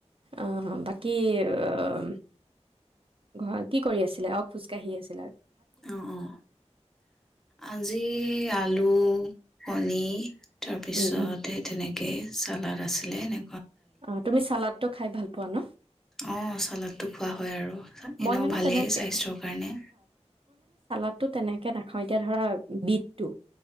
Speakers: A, on the right (about 50°); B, in the centre.
A: অ', বাকী আ-আ ঘৰ কি কৰি আছিলা? অ', খোজকাঢ়ি আছি
B: অ', অ', আজি, আলু কণী তাৰপিছত
A: উম উম
B: সেই তেনেকে চালাড আছিলে এনে
A: অ', তুমি চালাড ত খাই ভাল পোৱা ন?
B: অ', চালাডটো খোৱা হয় আৰু
A: মই
B: এনেও
A: মানে
B: ভালেই
A: তেনেকে
B: স্বাস্থ্যৰ কাৰণে।
A: তাতো তেনেকে নাখাওঁ এতিয়া ধৰা বিততো